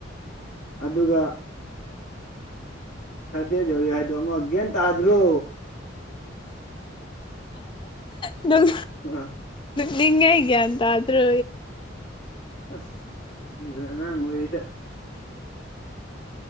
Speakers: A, on the left; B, on the left.
A: ꯑꯗꯨꯒ ꯊꯥꯗꯦ ꯌꯧꯔꯤ ꯍꯥꯏꯗꯣ ꯒꯌ꯭ꯥꯟ ꯇꯥꯗ꯭ꯔꯦ
B: ꯅꯪ
A: ꯑ ꯑ
B: ꯅꯤꯡꯉ ꯍꯦꯒꯇꯗ꯭ꯔꯣ
A: ꯑꯁ ꯈꯡꯗ꯭ꯔꯦ ꯑꯉꯥꯡ ꯑꯣꯏꯔꯤꯗ꯫